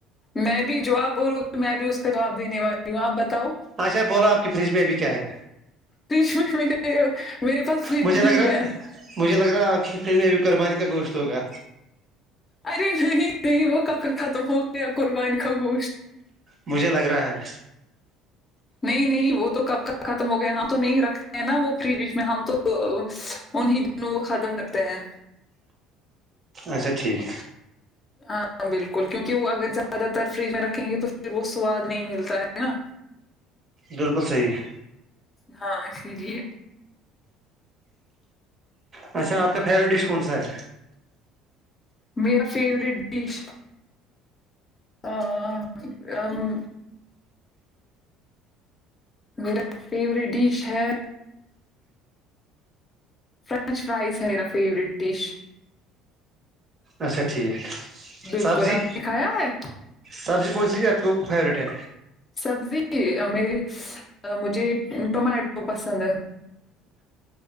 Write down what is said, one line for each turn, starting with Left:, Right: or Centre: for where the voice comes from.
Left: میں بھی جواب بولو میں بھی اس کا جواب دینے والی ہوں آپ بتاؤ
Right: اچھا بولو آپ کی فریج میں ا بھیھی کیا ہے
Left: فریج میں م میرے پاس فریج
Right: مجھے
Left: نہیں
Right: لگ رہا
Left: ہے
Right: مجھے لگ رہا آ پ کے فرج میں ابھی قربانی کا گوشت ہوگا
Left: ارے نہیں نہیں وہ کپ ختم ہو گیا قربانی کا گوشت
Right: مجھے لگ رہا ہے
Left: نہیں نہیں وہ تو کب کب ختم ہو گیا ہم تو نہیں رکھتے ہیں نا وہ فریج میں ہم تو تو انہیں دنوں وہ ختم کرتے ہیں
Right: اچھا ٹھیک
Left: ہاں بالکل کیونکہ وہ اگر زیادہ تر فریج میں رکھیں گے تو پھر وہ سواد نہیں ملتا ہے نا
Right: بالکل صحیح ہے
Left: ہاں سری
Right: اچھا آپ کا فیوریٹ ڈش کون سا ہے
Left: میرا فیوروریٹ ڈش ہاں ہاں میرا فیورٹ ڈش ہے فرینچ فرائز ہے میرا فیوریٹ ڈش
Right: اچھا ٹھیک
Left: بالکل
Right: سبزی
Left: آپ نےکھایا ہے
Right: سبزی کون سی آپ کو فیوریٹ ہے
Left: سبزی میری مجھے ٹمیٹو پسند ہے